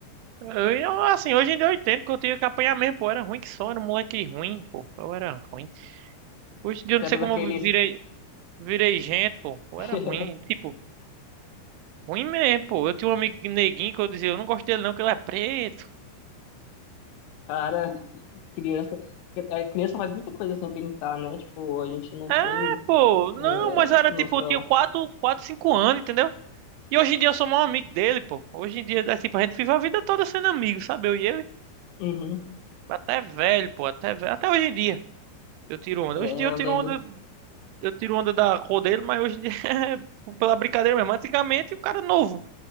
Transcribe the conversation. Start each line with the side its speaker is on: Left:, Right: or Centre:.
Right: Eu, eu, assim, hoje em dia eu entendo que eu tinha que apanhar mesmo, pô. Eu Era ruim que só, era um moleque ruim, pô. Eu era ruim. Hoje em dia eu
Left: Você
Right: não
Left: era
Right: sei como
Left: daqueles,
Right: eu virei, virei gente, pô. Eu
Left: <laughs>
Right: era ruim, tipo, ruim mesmo, pô. Eu tinha um amigo neguinho que eu dizia, eu não gosto dele não, que ele é preto.
Left: cara, criança. A criança faz muita coisa sem pensar, né? Tipo, a gente não
Right: É,
Left: tem
Right: pô,
Left: é,
Right: não, mas era tipo,
Left: noção.
Right: eu tinha quatro, 4, 5 anos, entendeu? E hoje em dia eu sou o maior amigo dele, pô. Hoje em dia, é tipo, a gente vive a vida toda sendo amigo, sabe? Eu e ele.
Left: Uhum.
Right: Até velho, pô. Até velho. Até hoje em dia. Eu tiro onda.
Left: É,
Right: Hoje
Left: eu
Right: em dia eu tiro
Left: lembro.
Right: onda, eu tiro onda da cor dele, mas hoje em dia <laughs> é pela brincadeira mesmo. Antigamente o cara novo.